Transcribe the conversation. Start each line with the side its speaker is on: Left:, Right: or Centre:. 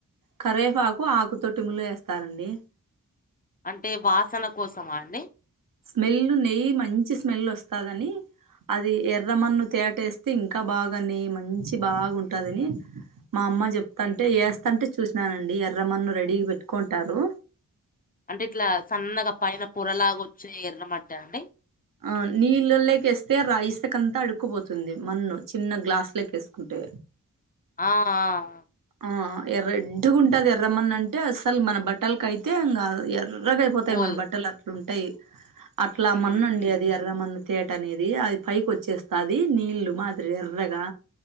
Right: కరేపాకు ఆకుతోటి ముల్లు వేస్తారండి
Left: అంటే వాసన కోసమా అండి
Right: స్మెల్ నెయ్యి మంచి స్మెల్ వస్తదని అది ఎర్రమన్ను తేటేస్తే ఇంకా బాగా నెయ్యి మంచి బాగుంటదని మా అమ్మ చెప్తంటే
Left: హ్మ్.
Right: వేస్తంటే చూసినానండి ఎర్రమన్ను రెడీ పెట్టుకుంటారు
Left: అంటే ఇట్లా సన్నగా పైన పొరలాగా వచ్చి ఎర్రమాట్ట అండి
Right: ఆ నీళ్ళలోకి వేస్తే రా ఇసకంతా అడుక్కుపోతుంది మన్ను చిన్న గ్లాసులోకివేసుకుంటే
Left: ఆ ఆ ఆ
Right: ఆ ఎర్రెడ్గా ఉంటది ఎర్రమన్ను అంటే అసలు మన బట్టలకియితే ఇంకా ఎర ఎర్రగాయిపోతాయి
Left: పోదు
Right: మన బట్టలు అట్లు ఉంటాయి అట్లా
Left: హ్మ్
Right: మన్ను అండి
Left: హ్మ్
Right: అది ఎర్ర మన్ను తేట అనేది అది పైకి వచ్చేస్తాది నీళ్ళు మాదిరి ఎర్రగా